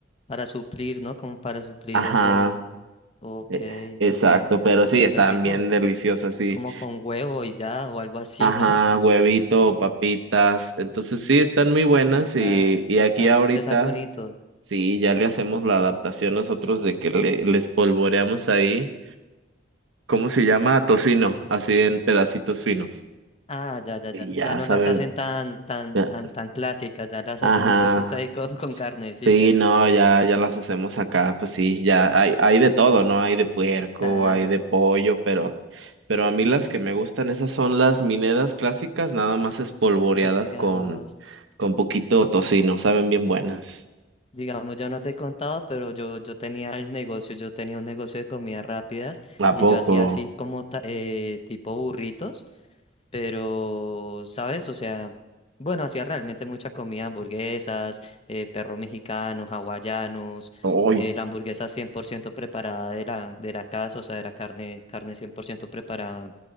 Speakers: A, on the left; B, on the right.
A: para suplir, ¿no? Como para suplir
B: ajá,
A: esas. Ok,
B: e- exacto,
A: ok, entiendo.
B: pero sí,
A: Súper
B: estaban
A: rico.
B: bien deliciosas, sí.
A: Como con huevo y ya, o algo así,
B: Ajá,
A: ¿no?
B: huevito, papitas. Entonces sí, están muy buenas
A: Total,
B: y, y
A: total.
B: aquí ahorita.
A: Un desayunito.
B: Sí, ya le hacemos la adaptación nosotros de que le, les polvoreamos ahí, ¿cómo se llama? Tocino, así en pedacitos finos.
A: Ah, ya, ya,
B: Y
A: ya.
B: ya
A: Ya no
B: sabe,
A: las hacen tan, tan,
B: ya-
A: tan, tan clásicas, ya las
B: ajá,
A: hacen un poquito ahí con, <laughs> con carnecita.
B: sí, no, ya, ya las hacemos acá, pues sí, ya hay, hay de todo, ¿no? Hay de puerco,
A: Claro.
B: hay de pollo, pero, pero a mí las que me gustan, esas son las mineras clásicas, nada más espolvoreadas
A: Pues digamos.
B: con, con poquito tocino, saben bien buenas.
A: Digamos, yo no te he contado, pero yo, yo tenía el negocio, yo tenía un negocio de comidas rápidas
B: ¿A
A: y
B: poco?
A: yo hacía así como ta- eh, tipo burritos. Pero, ¿sabes? O sea, bueno, hacía realmente mucha comida, hamburguesas, eh, perros mexicanos, hawaianos,
B: Uy,
A: eh, la hamburguesa 100% preparada de la, de la casa, o sea, era carne, carne 100% preparada,